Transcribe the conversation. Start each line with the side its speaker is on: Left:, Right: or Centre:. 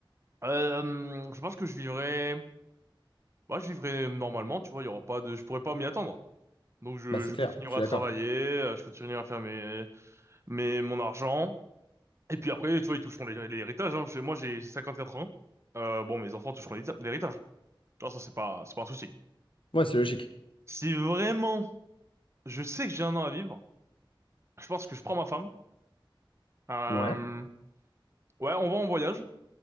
Right: Euh, je pense que je vivrais Bah, je vivrai normalement, tu vois, il y aura pas de, je pourrais pas m'y attendre. Donc, je,
Left: Bah, c'est
Right: je
Left: clair,
Right: continuerai
Left: je suis
Right: à
Left: d'accord.
Right: travailler, euh, je continuerai à faire mes, mes, mon argent. Et puis après, tu vois, ils toucheront l'hé- l'héritage, hein. Je- Moi, j'ai j'ai 54 ans. Euh, bon, mes enfants toucheront l'hérita- l'héritage. Tu vois, ça, c'est pas, c'est pas un souci.
Left: Ouais, c'est logique.
Right: Si vraiment, je sais que j'ai un an à vivre, je pense que je prends ma femme. Euh,
Left: Ouais,
Right: ouais, on va en voyage.